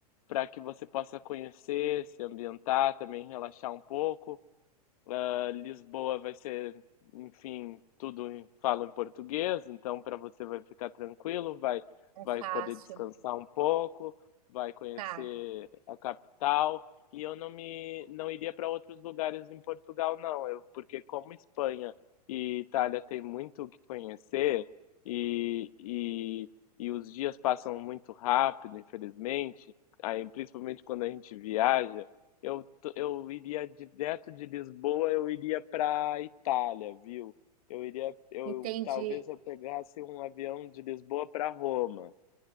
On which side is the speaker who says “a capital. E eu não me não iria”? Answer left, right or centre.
Left